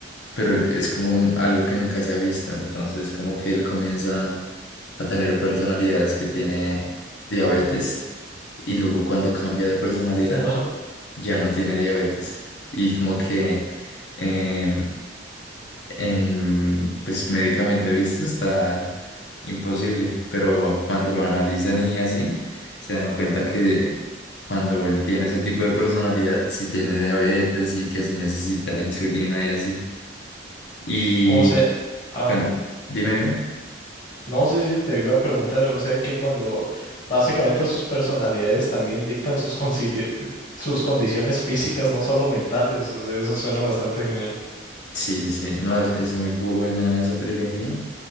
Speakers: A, on the left (about 65°); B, on the left (about 45°).
A: pero es como un- algo que nunca se ha visto, entonces como que él comienza a tener personalidades que tiene diabetes y luego cuando cambia de personalidad
B: <laughs> Wow.
A: ya no tiene diabetes y como que em, en, pues médicamente visto está imposible, pero cuando lo analizan y así se dan cuenta que cuando él tiene ese tipo de personalidad, si tiene diabetes y que si necesita la insulina y así. Y
B: O sea, wow.
A: cuan- dime, dime.
B: No, sé si te iba a preguntar, o sea que cuando básicamente sus personalidades también dictan sus, consider- sus condiciones físicas, no solo mentales, o sea, eso suena bastante genial.
A: Sí, sí, sí. No, es, es muy buena esa trilogía.